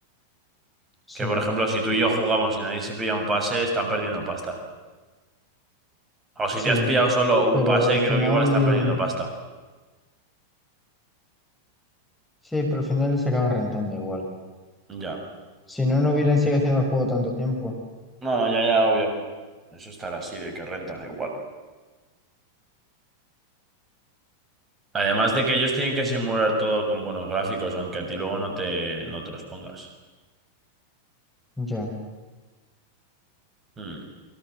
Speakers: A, on the right; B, in the centre.
A: Que
B: Sí,
A: por ejemplo, si tú y yo jugamos y nadie se pilla un pase, están perdiendo pasta. O
B: sí.
A: si te has pillado solo
B: Pero
A: un pase,
B: al final,
A: creo que igual están perdiendo pasta.
B: sí, pero al final les acaba rentando igual.
A: Ya.
B: Si no, no hubieran seguido haciendo el juego tanto tiempo.
A: No, no, ya, ya, obvio. Eso estará así, de que renta, igual. Además de que ellos tienen que simular todo con buenos gráficos, aunque a ti luego no te, no te los pongas.
B: Ya.
A: Mm.